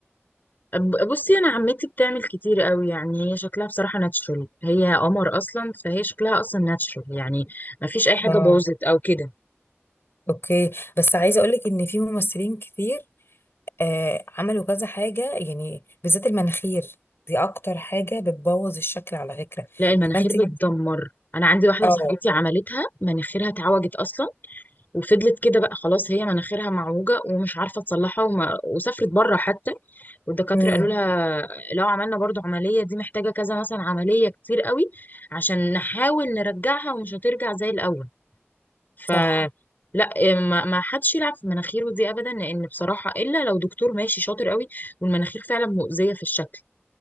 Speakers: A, on the left; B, on the left.
A: أب- بصي انا عمتي بتعمل كتير قوي يعني هي شكلها بصراحه ناتشورال هي قمر اصلا فهي شكلها اصلا ناتشورال يعني ما فيش اي حاجه
B: اه
A: باظت او كده
B: اوكي بس عايزه اقولك ان في ممثلين كتير آه عملوا كذا حاجه يعني بالذات المناخير دي اكتر حاجه بتبوظ الشكل على فكره
A: لا المناخير
B: فانت
A: بتدمر انا عندي واحده
B: اه
A: صاحبتي عملتها مناخيرها اتعوجت اصلا وفضلت كده بقى خلاص هي مناخيرها معوجة ومش عارفة تصلحها وما وسافرت بره حتى والدكاترة
B: امم
A: قالوا لها لو عملنا برضو عملية دي محتاجة كذا مثلا عملية كتير قوي عشان نحاول نرجعها ومش هترجع زي الأول ف
B: صح
A: لا ما ما حدش يلعب في مناخيره دي ابدا لان بصراحه الا لو دكتور ماشي شاطر قوي والمناخير فعلا مؤذيه في الشكل